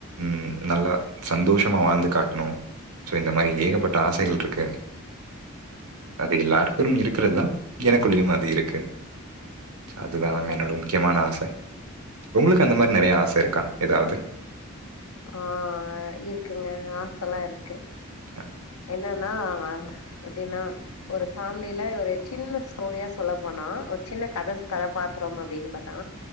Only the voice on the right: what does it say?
ம் நல்லா சந்தோஷமா வாழ்ந்து காட்டணு சோ இந்த மாரி ஏகப்பட்ட ஆசைகள் இருக்கு அது எல்லாருக்கு இருக்குறதுதா எனக்குள்ளேயு அது இருக்கு அதுதா
என்னோட முக்கியமான ஆச உங்களுக்கு அந்த மாரி நெறையா ஆச இருக்கா எதாவது
ஆஹ